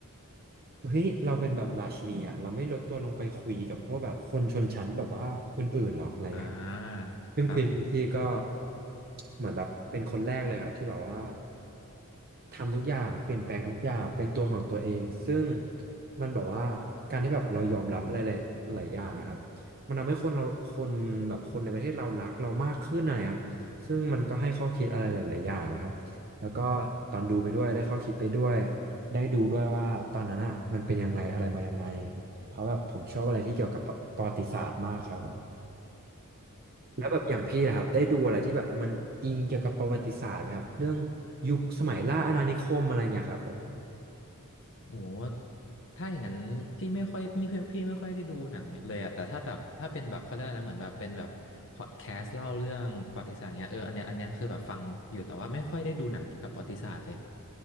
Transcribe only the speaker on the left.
อ่า
ครับ
โอ้โห ถ้าอย่างนั้นพี่ไม่ค่อยพี่พี่ไม่ค่อยได้ดูหนังเลยอะแต่ถ้าแบบถ้าเป็นแบบเขาเรียกอะไรนะเหมือนแบบเป็นแบบพอดแคสต์เล่าเรื่องประวัติศาสตร์เงี้ยเอออันเนี้ยอันเนี้ยคือแบบฟังอยู่แต่ว่าไม่ค่อยได้ดูหนังเกี่ยวกับประวัติศาสตร์เลย